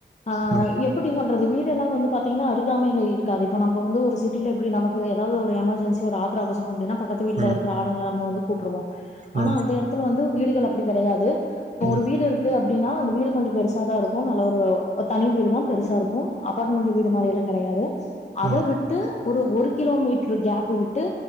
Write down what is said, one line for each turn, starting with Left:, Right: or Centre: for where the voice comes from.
Left: ஆ
Right: ம்
Left: எப்புடி சொல்றது வீடெல்லா வந்து பாத்தீங்கனா அருகாமைல இருக்காது இப்ப நம்ப வந்து ஒரு சிட்டில எப்டி நமக்கு ஏதாவ்து ஒரு எமர்ஜன்சி ஒரு ஆத்தரோ அவசரோ அப்டினா பக்கத்து வீட்ல
Right: ம்
Left: இருக்கற ஆளுங்கள நம்ம வந்து கூப்புடுவோ
Right: ம்
Left: ஆனா அந்த எடத்துல வந்து வீடுகள் அப்டி கெடையாது இப்ப ஒரு
Right: ம்
Left: வீடு இருக்கு அ ப்டின்னா அந்த வீடு கொஞ்ச பெருசா தா இருக்கு நல்ல ஒரு தனி வீடு தா பெருசா இருக்கு அபார்ட்மெண்டு வீடு மாரி எல்லா கெடையாது அத
Right: ம்
Left: விட்டு ஒரு ஒரு கிலோ மீட்ரு கேப்பு விட்டு